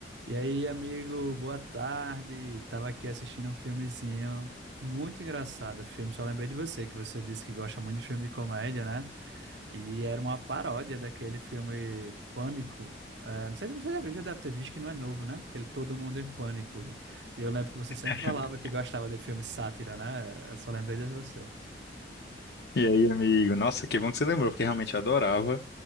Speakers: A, on the right (about 80°); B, on the left (about 65°).
A: E aí, amigo, boa tarde. Tava aqui assistindo um filmezinho muito engraçado. O filme, só lembrei de você, que você disse que gosta muito de filme de comédia, né? E era uma paródia daquele filme Pânico. Eh, não sei se você já viu, já deve ter visto que não é novo, né? Aquele Todo Mundo em Pânico. E eu lembro que você sempre
B: Eu
A: falava
B: lembro.
A: que gostava de filme sátira, né? Eu só lembrei de você.
B: E aí, amigo? Nossa, que bom que você lembrou, porque realmente eu adorava.